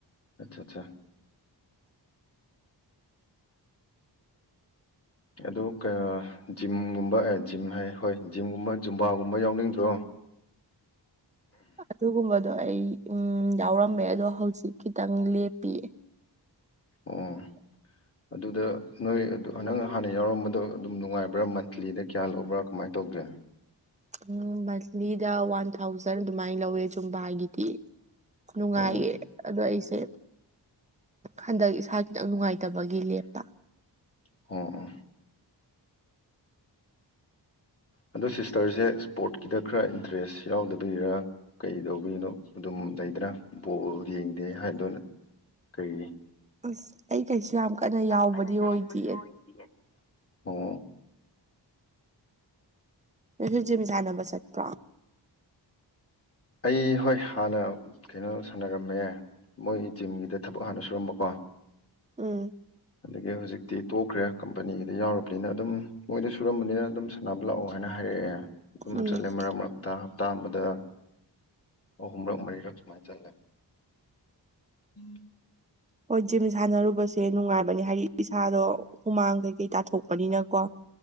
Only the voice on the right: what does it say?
ꯑꯗꯨꯒꯨꯝꯕꯗꯣ ꯑꯩ ꯎꯝ ꯌꯥꯎꯔꯝꯃꯦ ꯑꯗꯣ ꯍꯧꯖꯤꯛ ꯈꯤꯇꯪ ꯂꯦꯞꯄꯤꯌꯦ꯫
ꯎꯝ ꯃꯟꯊꯂꯤꯗ ꯋꯥꯟ ꯊꯥꯎꯖꯟ ꯑꯗꯨꯃꯥꯏ ꯂꯧꯋꯦ ꯖꯨꯝꯕꯥꯒꯤꯗꯤ꯫ ꯅꯨꯡꯉꯥꯏꯌꯦ
ꯑꯗꯣ ꯑꯩꯁꯦ ꯍꯟꯗꯛ ꯏꯁꯥ ꯈꯤꯇꯪ ꯅꯨꯡꯉꯥꯏꯇꯕꯒꯤ ꯂꯦꯞꯄ꯫
ꯑꯁ ꯌꯥꯝ
ꯀꯟꯅ
ꯌꯥꯎꯕꯗꯤ
ꯑꯣꯏꯗꯦ
ꯅꯪꯖꯨ ꯖꯤꯝ ꯁꯥꯟꯅꯕ ꯆꯠꯄ꯭ꯔꯥ꯫
ꯎꯝ꯫
ꯎꯝ
ꯍꯣꯏ ꯖꯤꯝ ꯁꯥꯟꯅꯔꯨꯕꯁꯦ ꯅꯨꯡꯉꯥꯏꯕꯅꯦ ꯍꯥꯏꯗꯤ ꯏꯁꯥꯗꯣ ꯍꯨꯃꯥꯡ ꯀꯩꯀꯩ ꯇꯥꯊꯣꯛꯄꯅꯤꯅꯀꯣ꯫